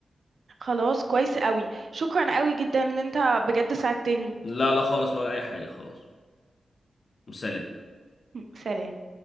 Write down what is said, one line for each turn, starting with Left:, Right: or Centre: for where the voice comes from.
Right: خلاص كويس قوي شكرا قوي جدا ان انت بجد ساعدتني
Left: لا لا خالص ولا اي حاجه خلاص سلام
Right: سلام